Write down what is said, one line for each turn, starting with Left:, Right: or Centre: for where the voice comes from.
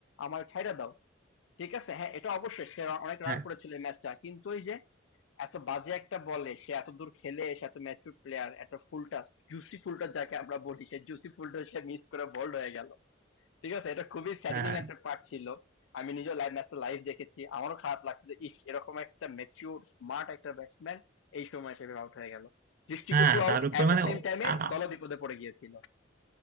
Left: আমার ছাইড়া দাও ঠিক আছে হ্যাঁ এটা অবশ্যই সে রা- অনেক রান
Right: হ্যাঁ
Left: করেছিল এই ম্যাচটা কিন্তু ওই যে এত বাজে একটা বলে সে এত দূর খেলে এসে এত ম্যাচুর প্লেয়ার এত ফুলটা জুসি ফুলটা যাকে আমরা বলি সে জুসি ফুলটা সে মিস করে বোল্ড হয়ে গেল ঠিক আছে এটা খুবই স্যাডেনিং
Right: হ্যাঁ
Left: একটা পার্ট ছিল আমি নিজেও লাইভ ম্যাচটা লাইভ দেখেছি আমারও খারাপ লাগছে যে ইস এরকম একটা ম্যাচিউর স্মার্ট একটা ব্যাটসম্যান এই সময় হিসেবে আউট হয়ে গেল দৃষ্টিকটু
Right: হ্যাঁ
Left: আউট
Right: তার উপর
Left: এট
Right: মানে
Left: দ্য সেম
Right: ও-
Left: টাইমে
Right: আ- আ-
Left: দল বিপদে পড়ে গিয়েছিল